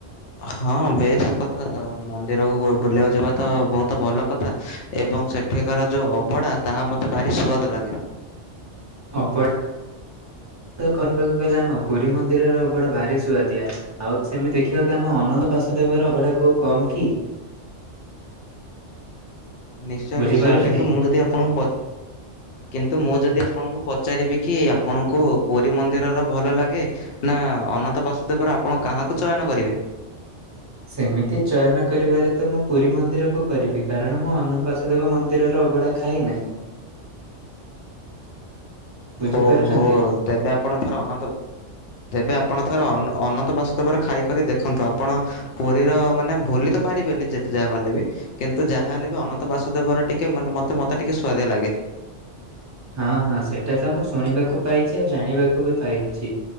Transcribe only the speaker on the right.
ଅବଢାରେ କହିବାକୁ ଗଲେ ଆମ ପୁରୀ ମନ୍ଦିରର ଅବଡା ଭାରି ସୁଆଦିଆ ଆଉ ସେମିତି ଦେଖିବାକୁ ଆମ ଅନନ୍ଦ ବାସ ଦେବର ଅବଢ଼ା କଉ କମ୍ କି?
ବୁଝିପାରୁଛନ୍ତି?
<inaudible> ସେମିତି ଚୟନ କରିବାରେ ତ ମୁଁ ପୁରୀ ମନ୍ଦିର କୁ କରିବି କାରଣ ମୁଁ ଅନନ୍ତ ବାସୁଦେବ ମନ୍ଦିରର ଅବଢା ଖାଇ ନାହିଁ। ବୁଝିପାରୁଛନ୍ତି?
<inaudible> ହଁ ହଁ ସେଟା ତ ମୁଁ ଶୁଣିବାକୁ ପାଇଛି ଆଉ ଜାଣିବାକୁ ବି ପାଇଛି